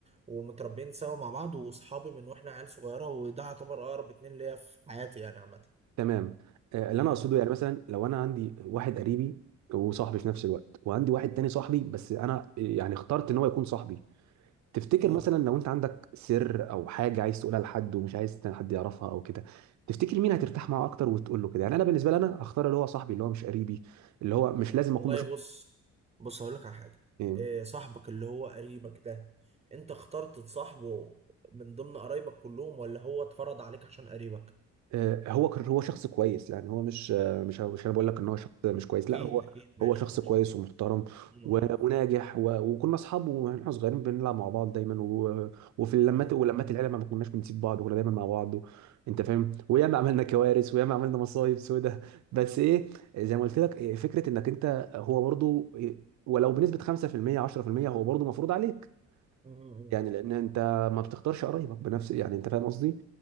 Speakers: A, on the right (about 20°); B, on the right (about 65°).
A: ومتربيين سوا مع بعض واصحابي من واحنا عيال صغيره وده يعتبر اقرب اتنين ليا في حياتي يعني عامه
B: تمام آه، اللي
A: اه
B: انا اقصده يعني مثلا لو انا عندي واحد قريبي وصاحبي في نفس الوقت وعندي واحد
A: مم.
B: تاني صاحبي بس انا يعني اخترت ان هو يكون صاحبي تفتكر
A: اه
B: مثلا لو انت عندك سر او حاجه عايز تقولها لحد ومش عايز حد يعرفها او كده تفتكر مين هترتاح معاه اكتر وتقول له كده يعني انا بالنسبه لي انا هختار اللي هو صاحبي اللي هو مش قريبي اللي هو مش لازم اكون
A: والله
B: بشوف
A: بص بص هقول لك على حاجه
B: إيه،
A: إيه صاحبك اللي هو قريبك ده انت اخترت تصاحبه من ضمن قرايبك كلهم ولا هو اتفرض عليك عشان قريبك
B: آه، هو كان هو شخص كويس يعني هو مش آه، مش مش انا بقول لك ان هو شخص مش كويس
A: اكيد
B: لا هو
A: اكيد ماشي
B: هو شخص
A: ماشي
B: كويس ومحترم
A: م-
B: و- وناجح و- وكنا اصحاب واحنا صغيرين بنلعب مع بعض دايما و- وفي اللمات
A: م- م-
B: ولمات العيله ما كناش بنسيب بعض وكنا دايما مع بعض انت فاهم وياما عملنا كوارث وياما عملنا مصايب سودة بس ايه زي ما قلت لك إيه، فكره انك انت هو برضو إيه، ولو بنسبه 5% 10% هو برضو مفروض عليك
A: م-
B: يعني لان انت ما بتختارش قرايبك بنفس يعني انت فاهم قصدي